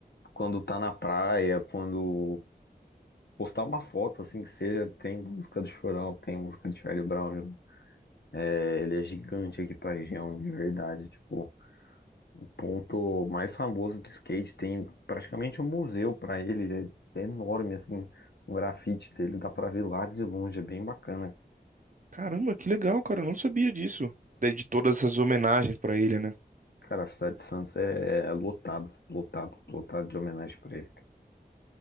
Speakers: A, on the left; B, on the right.
A: quando tá na praia, quando postar uma foto assim que seja, tem música do Chorão, tem música de Charlie Brown. É, ele é gigante aqui pra região, de verdade. Tipo, o ponto mais famoso do skate tem praticamente um museu pra ele, é enorme assim. O grafite dele dá pra ver lá de longe, é bem bacana.
B: Caramba, que legal, cara, eu não sabia disso. De, de todas essas homenagens pra ele, né?
A: Cara, a cidade de Santos é, é lotado, lotado, lotado de homenagem pra ele.